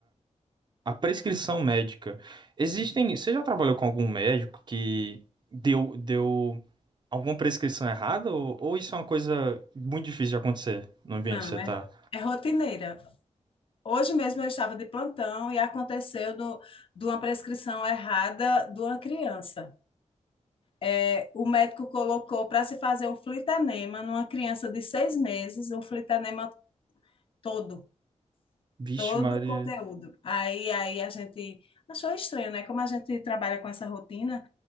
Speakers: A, on the right; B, on the left.
A: a prescrição médica. Existem. Você já trabalhou com algum médico que deu, deu alguma prescrição errada? Ou, ou isso é uma coisa muito difícil de acontecer no ambiente
B: Não,
A: que você tá?
B: é, é rotineira. Hoje mesmo eu estava de plantão e aconteceu do, de uma prescrição errada de uma criança. É, o médico colocou para se fazer um flitanema numa criança de seis meses, um flitanema todo
A: Vixe,
B: Todo
A: Maria.
B: o conteúdo. Aí, aí a gente achou estranho, né? Como a gente trabalha com essa rotina,